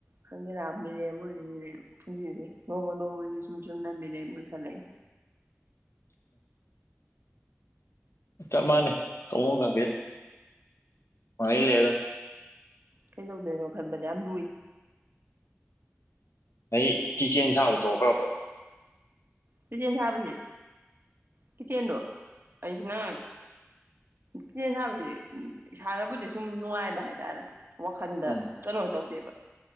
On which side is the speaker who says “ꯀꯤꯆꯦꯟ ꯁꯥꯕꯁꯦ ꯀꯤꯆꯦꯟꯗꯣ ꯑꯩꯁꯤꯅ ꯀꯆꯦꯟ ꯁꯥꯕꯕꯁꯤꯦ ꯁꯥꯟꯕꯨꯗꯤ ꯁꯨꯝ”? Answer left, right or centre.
Right